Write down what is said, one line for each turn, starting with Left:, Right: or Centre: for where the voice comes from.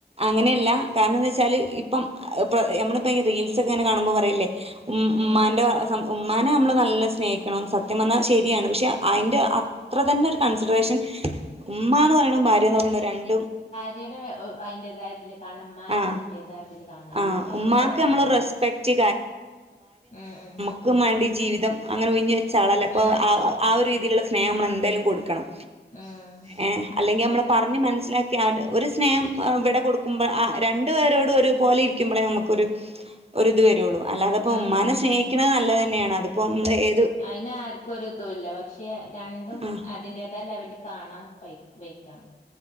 Right: അങ്ങനെയല്ല കാരണം ന്നെച്ചാല് ഇപ്പം പ്പ യമ്മളിപ്പ ഈ റീൽസൊ ക്കെങ്ങനെ കാണുമ്പൊ പറയില്ലെ ഉമ്
Left: ഉം
Right: മ്മാന്റെ സം ഉമ്മാനെ അമ്മള് നല്ല സ്നേഹി ണം സത്യം പർണാ ശരിയാണ്. പക്ഷെ അയിന്റെ അത്ര തന്നൊരു കൺസിഡറേഷൻ ഉമ്മാന്ന് പറയിണും ഭാര്യാന്ന് പറയിണും രണ്ടും
Left: <unintelligible> അയിന്റേതായതില് കാരണം മ്മാനെ
Right: ആഹ്
Left: അതിൻ്റേതായതില് കാണണം.
Right: ആഹ്
Left: അങ്ങനേണെങ്കി
Right: ഉമ്മാക്ക്
Left: കൊഴപ്പല്ല.
Right: നമ്മള് റെസ്പെക്റ്റ്
Left: ഉം ഉം
Right: ക്കും വേണ്ടി ജീവിതം അങ്ങനെ ഒഞ്ഞഞ് വെച്ച ആളല്ലേ അപ്പോൾ ക്കും മാണ്ടി ജീവിതം അങ്ങനെ ഉഴിഞ്ഞ് വെച്ച ആളല്ലെ അപ്പൊ
Left: ഉം
Right: വ ആ ആ ഒരു രീതിയില്ള്ള സ്നേഹം മ്മളെന്തായാലും കൊട്ക്കണം.
Left: ഉം
Right: ഏഹ് അല്ലെങ്കി അമ്മളെ പർഞ്ഞ് മെൻസ്സിലാ ക്കിയാല് ഒര് സ്നേഹം അഹ് വടെ കൊട്ക്കുമ്പൾ ആഹ് രണ്ട് പേരോടും ഒര് പോലെ ഇരിക്ക്മ്പളേ അമുക്കൊരു ഒരു ത് വെരൊള്ളു. അല്ലാതെ പ്പൊ
Left: ഉം
Right: ഉമ്മാനെ സ്നേഹി ക്ക്ണെ നല്ലേ തന്നെയാണ്. അത്റപ്പൊ മ്മള് ഏ
Left: അതിന് ആർക്കും ഒര് തൂല്ല. പക്ഷെ രണ്ടും
Right: ആഹ്
Left: അതിന്റെതായ ലെവല്ല് കാണാം ഫയ് വൈ ക്കണം.